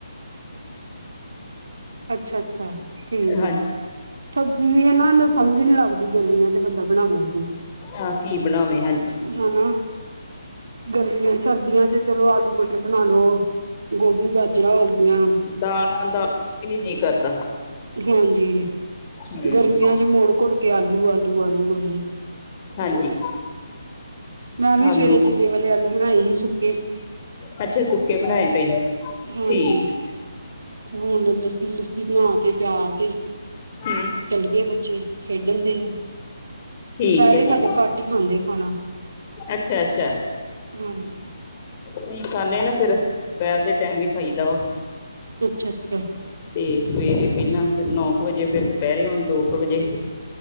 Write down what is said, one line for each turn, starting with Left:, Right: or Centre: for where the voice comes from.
Right: ਅੱਛਾ । ਅੱਛਾ ਠੀਕ
Left: ਹਾਂਜੀ
Right: ਐ ਸਬਜ਼ੀ ਵੀ ਐ ਨਾ ਸਮਝ ਨੀ ਲੱਗਦੀ ਗਰਮੀਆਂ ਚ ਬੰਦਾ ਬਣਾਵੇਗੀ ਕੀ
Left: ਹਾਂ ਬਣਾਵੇ ਹਾਂਜੀ
Right: ਹਨਾਂ ਗਰਮੀਆਂ ਸਰਦੀਆਂ ਚ ਚਲੋ ਆਲੂ ਮਟਰ ਬਣਾ ਲੋ। ਗੋਭੀ ਗਾਜਰਾਂ ਹੋ ਗਿਆਂ
Left: ਦਾਲਾਂ ਦਾ ਵੀ ਨੀ ਜੀਅ ਕਰਦਾ।
Right: ਹਾਂਜੀ
Left: ਹੂੰ
Right: ਗਰਮੀਆਂ 'ਚ ਮੁੜ ਕੂੜ ਕੇ ਆਲੂ ਲੂ-ਆਲੂ-ਆਲੂ-ਆਲੂ
Left: ਹਾਂਜੀ
Right: ਮੈਂ ਵੀ
Left: ਆਲੂ
Right: ਸਵੇਰੇ ਜੀਰੇ ਵਾਲੇ ਆਲੂ ਬਣਾਏ ਹੀ ਸੁੱਕ ਕਿ
Left: ਅੱਛਾ ਸੁੱਕੇ ਬਣਾਏ ਪਏ
Right: ਹਾਂਜੀ
Left: ਠੀਕ
Right: ਹੁਣ ਲੱਸੀ ਲੁੱਸੀ ਬਣਾ ਕੇ ਪਿਆ ਕੇ
Left: <inaudible>
Right: ਚੱਲ ਗਏ ਬੱਚੇ ਖੇਡਣ ਦੇ ਆ
Left: ਠੀਕ
Right: ਦੁਪਹਿਰੇ
Left: ਹੈ
Right: ਸਾਡੇ
Left: ਜੀ
Right: ਘੱਟ ਹੀ ਖਾਂਦੇ ਖਾਣਾ
Left: ਅੱਛਾ-ਅੱਛਾ
Right: ਹਾਂਜੀ
Left: ਨਹੀਂ ਖਾਂਦੇ ਨਾ ਫੇਰ ਦੁਪਹਿਰ ਦੇ ਟਾਈਮ ਹੀ ਖਾਈਦਾ ਵਾ
Right: ਅੱਛਾ ਅੱਛਾ
Left: ਤੇ ਸਵੇਰੇ ਪਹਿਲਾਂ ਫ ਨੌ ਕੁ ਵਜੇ ਫੇਰ ਦੁਪਹਿਰੇ ਹੁਣ ਦੋ ਕੁ ਵਜੇ